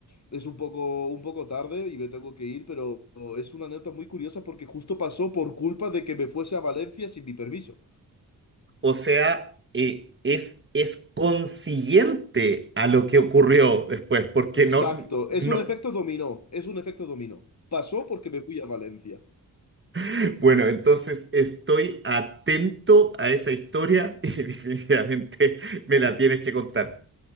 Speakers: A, on the left (about 40°); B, on the right (about 30°).
A: es un poco, un poco tarde y me tengo que ir, pero es una anécdota muy curiosa porque justo pasó por culpa de que me fuese a Valencia sin mi permiso.
B: O sea, eh, es, es consiguiente a lo que ocurrió después, porque
A: Exacto,
B: no, no,
A: es un efecto dominó, es un efecto dominó. Pasó porque me fui a Valencia.
B: <laughs> Bueno, entonces estoy atento a esa historia y <laughs> definitivamente me la tienes que contar.